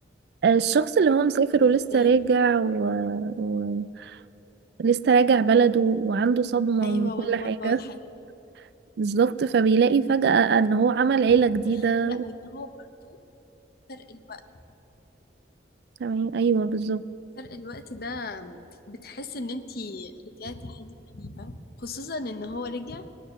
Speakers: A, on the right; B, on the left.
A: آه، الشخص اللي هو مسافر
B: ولا
A: ولسه
B: فين
A: راجع و... و... لسه راجع بلده وعنده صدمة
B: ايوه
A: من كل
B: والغربه
A: حاجة
B: والحاجات دي.
A: بالظبط فبيلاقي فجأة ان هو عمل عيلة
B: ايوه
A: جديده
B: لا وان هو برضو فرق الوقت
A: تمام ايوه بالظبط
B: فرق الوقت ده بتحس ان انتي رجعتي حاجه غريبه خصوصا ان هو رجع